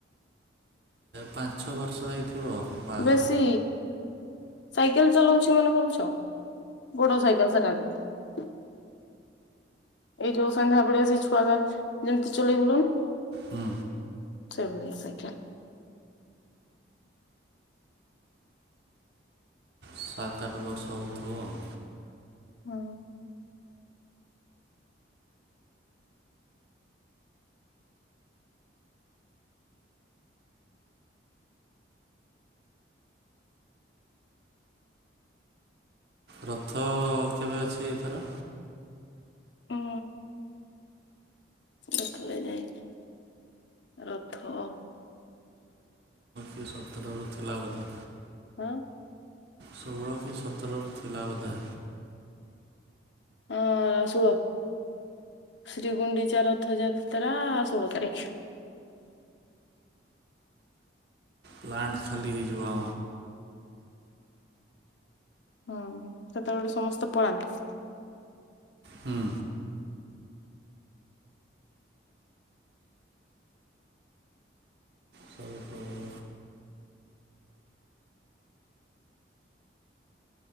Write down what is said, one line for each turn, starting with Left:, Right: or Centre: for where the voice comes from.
Right: ପାଞ୍ଚଛ ବର୍ଷ ହେଇଥିବ ବାହାଘର
Left: ବେଶି ସାଇକେଲ ଚଲଉଛି ମାନେ ଭାବୁଛ ବଡ଼ ସାଇକେଲ ସେଟା ବି। ଏଇ ଯୋଉ ସନ୍ଧ୍ୟା ବଳେ ସେଇ ଛୁଆ ରା ଯେମିତି ଚଲେଇ ବୁଲନ
Right: ହୁଁ।
Left: ସେଇଭଳିଆ ସାଇକେଲ୍।
Right: ସାତ ଆଠ ବର୍ଷ ହୋଇଥିବ ଆଉ।
Left: ହୁଁ।
Right: ରଥ କେବେ ଅଛି ଏଥର।
Left: ଉଁ ଦେଖିଲେ ଯାଇ କି ରଥ
Right: ଏଇ ସତରରୁ ଥିଲା ବୋଧେ।
Left: ହଁ
Right: ଷୋହଳ କି ସତରରୁ ଥିଲା ବୋଧେ।
Left: ଏ ସୁଅ। ଶ୍ରୀ ଗୁଣ୍ଡିଚା ରଥଯାତ୍ରା ଶୋଳ ତାରିଖ।
Right: ପ୍ଲାଣ୍ଟ ଖାଲି ହେଇଯିବ
Left: ହୁଁ ସେତେବେବେଳେ ସମସ୍ତେ ପଳାନ୍ତି।
Right: ହୁଁ। ସବୁ ପଳେଇବ